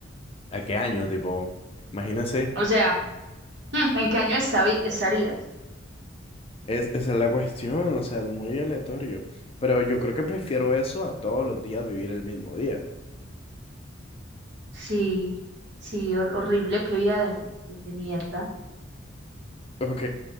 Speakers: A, on the left; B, on the right.
A: ¿a qué año? Tipo, imagínese,
B: O sea, mm, ¿en qué año estabi- estarías?
A: es, esa es la cuestión, o sea, es muy aleatorio. Pero yo creo que prefiero eso a todos los días vivir el mismo día.
B: Sí, sí, hor- horrible, qué vida de, de- de mierda.
A: Ok,